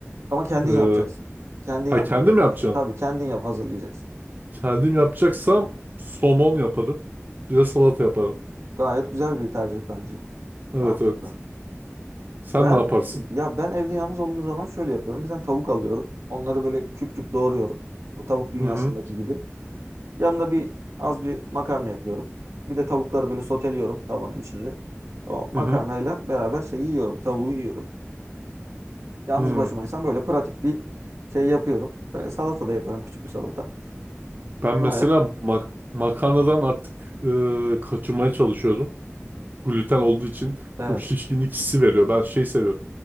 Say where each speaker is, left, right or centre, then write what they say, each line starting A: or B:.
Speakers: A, on the right (about 85°); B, on the right (about 40°).
A: Ama kendin
B: Eee,
A: yapacaksın. Kendin
B: ha
A: yapman
B: kendim
A: gerekiyor.
B: yapacağım.
A: Tabii kendin yap hazırlayacaksın.
B: Kendim yapacaksam somon yaparım. Bir de salata yaparım.
A: Gayet güzel bir tercih bence.
B: Evet
A: Mantıklı.
B: evet. Sen
A: Ben
B: ne yaparsın?
A: ya ben evde yalnız olduğum zaman şöyle yapıyorum. Bir tane tavuk alıyorum. Onları böyle küp küp doğruyorum. Bu tavuk dünyasındaki
B: Hı hı.
A: gibi. Yanına bir az bir makarna yapıyorum. Bir de tavukları böyle soteliyorum tavanın içinde. O makarnayla
B: Hı hı.
A: beraber şey yiyorum, tavuğu yiyorum. Yalnız
B: hı.
A: başımaysam böyle pratik bir şey yapıyorum. Böyle salata da yaparım, küçük bir salata.
B: Ben
A: Baya.
B: mesela mak makarnadan artık eee, kaçınmaya çalışıyorum. gluten olduğu için
A: Evet,
B: çok şişkinlik hissi veriyor. Ben şey seviyorum.